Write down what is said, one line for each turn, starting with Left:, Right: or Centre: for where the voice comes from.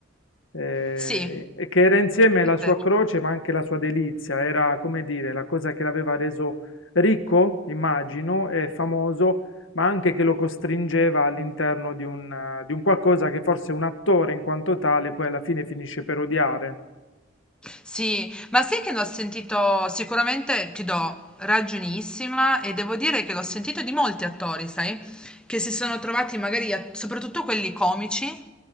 Left: eh,
Centre: Sì, è
Left: e che era insieme la sua
Centre: vero.
Left: croce ma anche la sua delizia, era come dire la cosa che l'aveva reso ricco, immagino, e famoso, ma anche che lo costringeva all'interno di un, eh, di un qualcosa che forse un attore in quanto tale poi alla fine finisce per odiare.
Centre: Sì, ma sai che l'ho sentito, sicuramente ti do ragionissima e devo dire che l'ho sentito di molti attori, sai, che si sono trovati magari, a- soprattutto quelli comici,